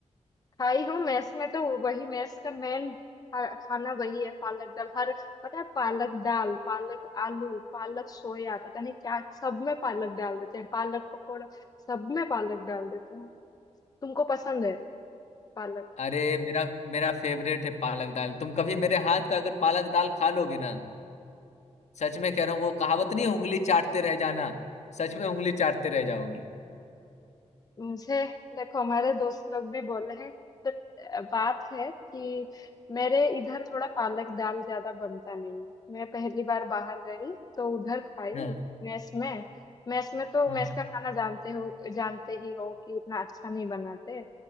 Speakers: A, on the left; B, on the left.
A: खाई हूँ मेस में तो वही मेस का मेन खाना वही है पालक दाल हर पता है पालक दाल पालक आलू पालक सोया पता नहीं क्या सब में पालक डाल देते हैं पालक पकौड़ा सब में पालक डाल देते हैं तुमको पसंद है पालक
B: अरे मेरा मेरा फेवरेट है पालक दाल तुम कभी मेरे हाथ का अगर पालक दाल खा लोगे ना सच में कह रहा हूँ वो कहावत नहीं है, उंगली चाटते रह जाना सच में उंगली चाटते रह जाओगी
A: मुझे देखो हमारे दोस्त लोग भी बोले हैं तो बात है कि मेरे इधर थोड़ा पालक दाल ज्यादा बनता नहीं है मैं पहली बार बाहर गई तो उधर खाई
B: हाँ
A: मेस में मेस में तो
B: हम्म
A: मेस का खाना जानते हो जानते ही हो कि इतना अच्छा नहीं बनाते